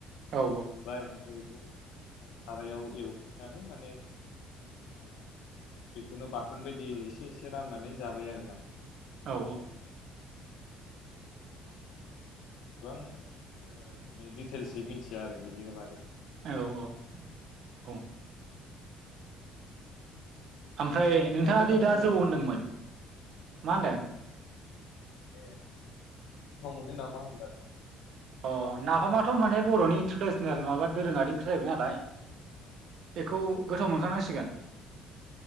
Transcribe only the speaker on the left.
दिहुनबाय ओमफ्राय बेखौ ओ सारायाव एवफिननानै माने आ बेखौनो बाथोन बायदि एसे एसे राननानै जाबाय आरोना बेबायदि
आरो ओ आं इसेबां ओ माने दिटेल्सै मिथिया आरो बेनि बागै
गोथाव
मोनो
नामा?
ओ
ओ ओ ए गोथाव मोनो नामा होनदां
ओ ओ ओ